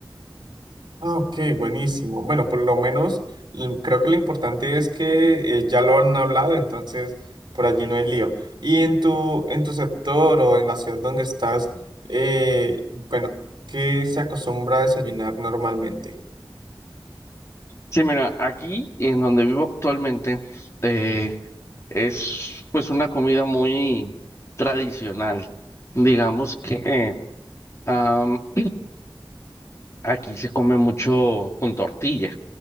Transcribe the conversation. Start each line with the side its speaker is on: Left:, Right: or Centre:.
Right: Ah, Ok, buenísimo. Bueno, por lo menos l- creo que lo importante es que eh, ya lo han hablado, entonces por allí no hay lío. Y en tu, en tu sector o en la ciudad donde estás, eh, bueno, ¿qué se acostumbra a desayunar normalmente?
Left: Sí, mira, aquí en donde vivo actualmente, eh, es pues una comida muy tradicional. Digamos que am, <clears throat> aquí se come mucho con tortilla.